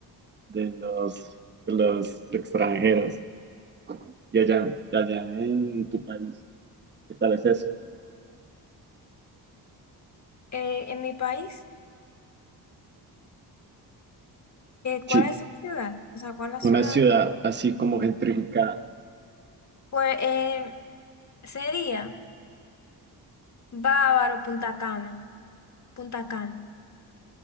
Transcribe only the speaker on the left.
Eh, en mi país, eh, ¿cuál
es la ciudad? O sea, ¿cuál es la ciudad?
Pues eh, sería Bávaro, Punta Cana. Punta Cana.